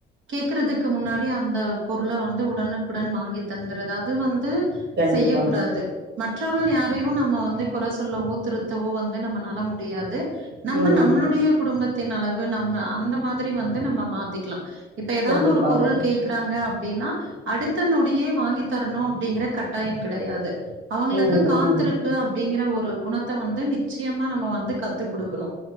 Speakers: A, on the right; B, on the right.
A: கேக்குறதுக்கு முன்னாடி அந்த பொருளை வந்து உடனுக்குடன் வாங்கி தந்துது அது வந்து
B: கண்டிப்பாங்க
A: செய்ய கூடாது மற்றவர்கள் யாரையு நம்ம வந்து குறை சொல்லவோ திருத்தவோ வந்து நம்ம நால முடியாது நம்ம
B: ம்
A: நம்மளுடைய குடும்பத்தின் அளவு நம்ம அந்த மாதிரி வந்து நம்ம மாத்திக்கலா இப்ப ஏதாவது
B: கண்டிப்பாங்க
A: ஒரு பொருள் கேக்கறாங்க அப்படின்னா அடுத்த நொடியே வாங்கி தரணு அப்படிங்கிற கட்டாயம் கிடையாது அவங்களுக்கு
B: ம்
A: காத்திரு
B: ம்
A: அப்படிங்கிற ஒரு குணத்தை வந்து நிச்சயமா நம்ம வந்து கத்து குடுக்கணு